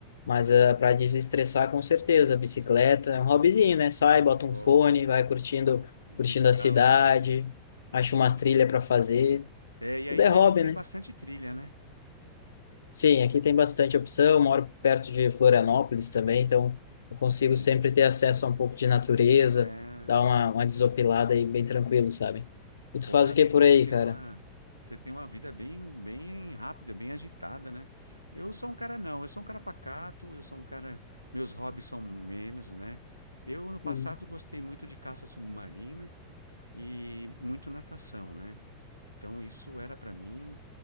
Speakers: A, on the left; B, on the right.
A: Mas uh, para desestressar, com certeza, bicicleta é um hobbyzinho, né? Sai, bota
B: Pô,
A: um fone, vai curtindo,
B: legal,
A: curtindo a cidade,
B: hein?
A: acha
B: Pô.
A: umas trilhas para fazer.
B: É, e
A: Tudo
B: aí
A: é
B: deve
A: hobby,
B: ter
A: né?
B: bastante trilha, né?
A: Sim, aqui tem bastante opção. Moro perto de Florianópolis também, então eu consigo
B: Sim.
A: sempre ter acesso a um pouco de natureza,
B: É,
A: dar
B: tá.
A: uma, uma desopilada aí bem tranquilo, sabe? E tu
B: Pô,
A: faz
B: Gabi,
A: o que por
B: você
A: aí,
B: tem
A: cara?
B: uma, você tem uma vida bem, bem rápida, bem agitada, né? Eu sou um cara não, eu sou um cara pacato, eu sou um cara, meus hobbies são menos, né? Eu no passado
A: Uhum,
B: gostei muito de caça submarina e muito natação, né? Então isso era para mim.